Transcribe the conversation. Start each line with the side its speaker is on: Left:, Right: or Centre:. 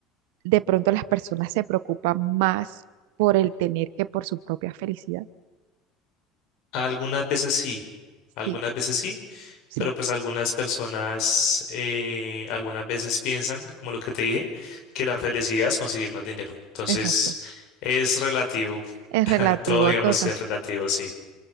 Right: de pronto las personas se preocupan más por el tener que por su propia felicidad?
Left: Algunas veces sí, algunas
Right: Sí,
Left: veces sí,
Right: sí,
Left: pero pues algunas personas, eh, algunas veces piensan, como lo que te dije, que la felicidad es conseguir más dinero. Entonces,
Right: exacto.
Left: es relativo,
Right: Es
Left: <laughs>
Right: relativo
Left: todo digamos
Right: total.
Left: que es relativo, sí.